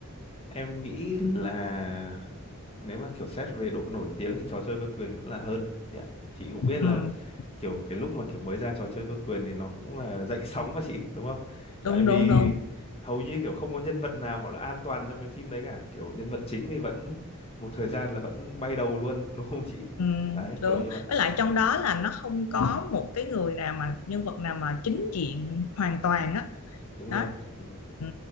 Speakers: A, on the left; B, on the left.
A: em nghĩ là nếu mà kiểu xét về độ nổi tiếng thì trò chơi Vương quyền vẫn là hơn chị chị cũng
B: Ừ,
A: biết là kiểu cái lúc mà kiểu mới ra trò chơi Vương quyền thì nó cũng là dậy sóng mà chị đúng không?
B: đúng
A: Tại vì
B: đúng đúng
A: hầu như kiểu không có nhân vật nào gọi là an toàn trong cái phim đấy cả, kiểu nhân vật chính thì vẫn một thời gian là vẫn bay đầu luôn <laughs> đúng không chị?
B: ừ,
A: Đấy
B: đúng
A: kiểu như vậy.
B: với lại trong đó là nó không có một cái người nào mà nhân vật nào mà chính diện hoàn toàn á
A: Đúng
B: đó
A: rồi. Ừ.
B: ừ.